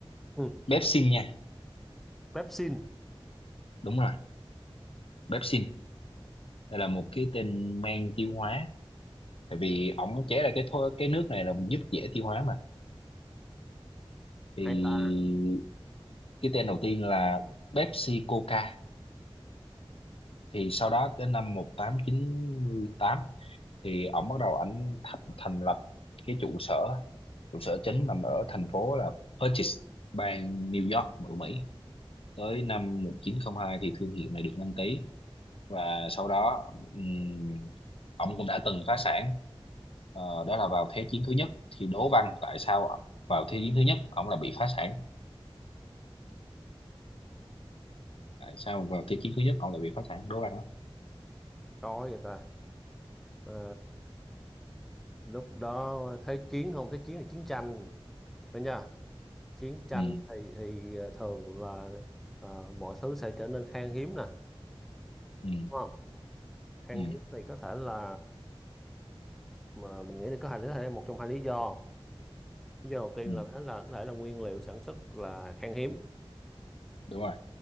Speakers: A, in the centre; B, on the left (about 70°).
A: ừ.
B: pepsin nha
A: Pepsin
B: đúng rồi pepsin đây là một cái tên men tiêu hóa tại vì ổng chế ra cái thô, cái nước này là giúp dễ tiêu hóa mà thì
A: hay ta
B: cái tên đầu tiên là Pepsi Coca thì sau đó đến năm một tám chín tám thì ổng bắt đầu ảnh thập- thành lập cái trụ sở trụ sở chính nằm ở thành phố là Purchase bang New York của Mỹ tới năm 1902 thì thương hiệu này được đăng ký và sau đó ừm, ổng cũng đã từng phá sản Ờ, đó là vào Thế chiến thứ nhất thì đố Văn tại sao vào Thế chiến thứ nhất ổng là bị phá sản tại sao vào Thế chiến thứ nhất ổng lại bị phá sản đố Văn đó
A: coi vậy ta Ờ, lúc đó thế chiến không thế chiến là chiến tranh phải nha chiến tranh
B: ừ,
A: thì thì ờ, thường là ờ, mọi thứ sẽ trở nên khan hiếm nè
B: ừ,
A: đúng không khan
B: ừ,
A: hiếm thì có thể là mà mình nghĩ là có hai lý thể một trong hai lý do lý do đầu tiên
B: ừ,
A: là thế là có thể là nguyên liệu sản xuất là khan hiếm
B: đúng rồi